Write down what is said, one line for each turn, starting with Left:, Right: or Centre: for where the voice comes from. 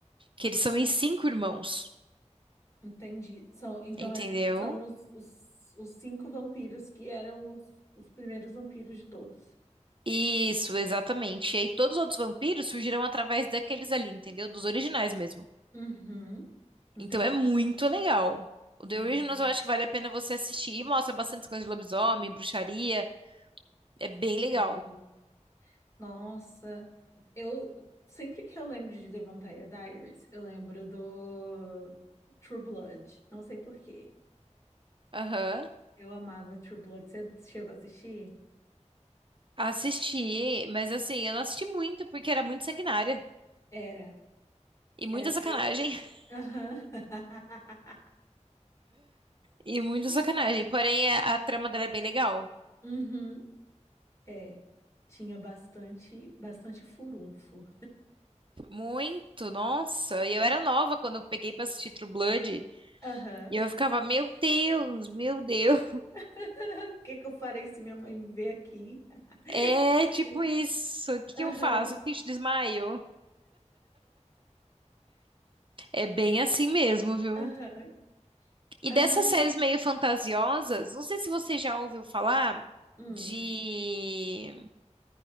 Right: Que eles são em cinco irmãos,
Left: entendi. São, então
Right: entendeu?
Left: é- são os, os, os cinco vampiros que eram os, os primeiros vampiros de todos.
Right: Isso, exatamente. E aí todos os outros vampiros surgiram através daqueles ali, entendeu? Dos originais mesmo.
Left: Uhum, entendi.
Right: Então é muito legal. O The
Left: Hum.
Right: Originals eu acho que vale a pena você assistir. E mostra bastante coisa de lobisomem, bruxaria. É bem legal.
Left: É, nossa, eu sempre que eu lembro de The Vampire Diaries, eu lembro do True Blood. Não sei por quê.
Right: Aham.
Left: Eu amava True Blood. Você chegou a assistir?
Right: Assisti, mas assim, eu não assisti muito porque era muito sanguinária.
Left: Era.
Right: E muita
Left: Era
Right: sacanagem.
Left: meio.
Right: <laughs>
Left: Aham. <laughs>
Right: E muita
Left: Sim.
Right: sacanagem. Porém, a, a trama dela é bem legal.
Left: Uhum. É. Tinha bastante, bastante furunfo.
Right: Muito, nossa. E eu era nova quando eu peguei pra assistir True Blood.
Left: Aham.
Right: E eu ficava, meu Deus, meu Deus.
Left: <laughs> O que que eu farei se minha mãe me ver aqui? <laughs>
Right: É
Left: Tipo
Right: tipo
Left: isso.
Right: isso. O que
Left: Aham.
Right: que eu faço? Eu finjo desmaio. É bem assim mesmo, viu?
Left: Aham.
Right: E
Left: Ai.
Right: dessas séries meio fantasiosas, não sei se você já ouviu falar
Left: Hum.
Right: de.